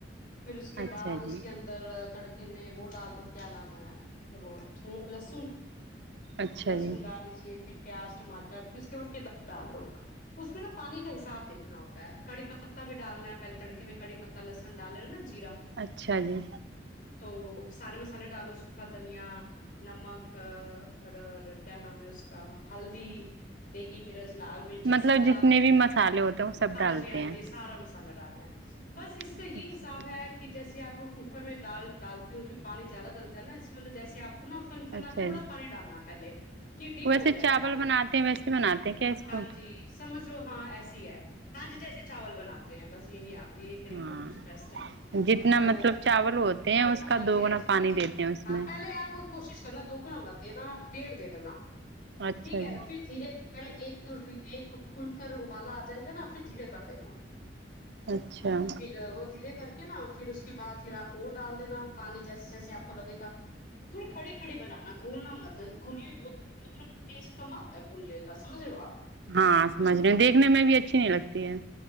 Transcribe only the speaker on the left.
پھر اس کے
بعد اس
کے اندر تڑک کہ میں وہ ڈال دو کیا نام ہے وہ تھ لہسن
لہسن
ڈال لیجیے پھر پیاز ٹاٹر پھر اس کے بعد د ڈال دو اس پہ نا پانی کا حساب دیکھنا ہوتا ہے کڑی پہ بھی ڈالنا ہے پہلے تڑکے میں کڑی پتا لہسن ڈالے نا جیرا
تو سارے مسالے ڈالو سا دھنیا نمک اور کیا نام ہے اس کا ہلدی دیگی مرز لال مرچ جیسے
آپ
ہاں
جی ہاں
جی سارا مسالہ ڈالنا بس اس کا
یہ حساب
ہے کہ جیسے آپ کوکر میں ڈال ڈالتے ہو اسے پانی زیادہ ڈلتا ہے نا اس میں جیسے آپ ہونا فنفنا
تھوڑاانی
ڈالنا پہلے کہ ڈپ
ہو جائے
دال
ہاں
جی سمجھ لو ہاں ایسے ہے ہاں جی جیسے چاول بناتے ہیں بس یہی آ یہیی طریقہ
سب سے بیسٹ ہے
تو
ہاں
جی ہاں جی
ہاں
پہلے آپ کوشش کرنا دو گ نمبر دینا ڈیھ دین ن
ٹھیک ہے
پھر دھیرے پہلے ایک ایک کھل کر ابالا آ جائے گا نا پھر دھیرے کرتے نا
پھر وہ دھیرے کر کے نا پھر اس کے بعد پھر آپ اور ڈال دینا پانی جیسے جیسے آپ کو لگے گا تھوڑی کھڑی کھڑی بنانا گولنا مت کلی بہت مطلب ٹیسٹ کم آتا ہے گولے کا سمجھ رہے ہو آپ